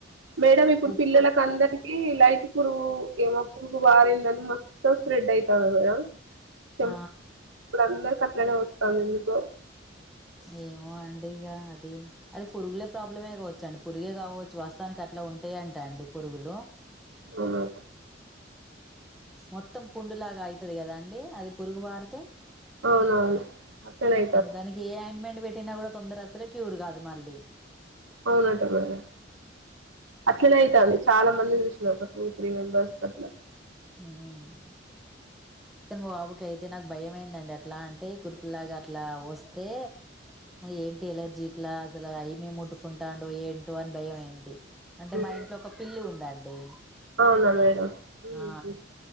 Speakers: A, on the right; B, in the centre.
A: మేడం ఇప్పుడు
B: ఉప్పు
A: పిల్లలకు అందరి ఈ లైట్ పురుగు ఏమో పురుగు వారిందని మొత్తం స్ప్రెడ్ అయితంది మేడం చెం
B: ఆ
A: ఇప్పుడు అందరికి అట్లనే ఒస్తాందెందుకొ
B: ఏమో అండి ఇగా అది అది పురుగుల ప్రాబ్లమే కావోచ్చు అండి పురుగే కావోచ్చు వస్తావానికి అట్ల ఉంటాయి అంట అండి పురుగులు
A: అవునా
B: మొత్తం పుండులాగా అవుతది కదా అండి అది పురుగు పారితే
A: అవునవును అట్లనే అయితది
B: దానికి ఏ అయింట్మెంట్ పెట్టినా కూడా తొందర అస్సలే క్యూర్ కాదు మళ్ళీ
A: అవునంట మేడం అట్లనే అయితంది చాలా మంది చూసి లో ఒక టూ త్రీ మెంబర్స్ కట్ల
B: మ్ తన్ మా బాబుకి అయితే నాకు భయమయిందండి అట్లా అంటే కుర్పులాగా అట్లా వస్తే ఏంటి ఎలర్జీట్లా అసలా ఏమేమి ముట్టుకుంటాండో ఏంటో అని భయం అయింది అంటే
A: ఉమ్.
B: మా ఇంట్లో ఒక పిల్లి ఉందండి
A: అవునా మేడం ఉమ్.
B: ఆ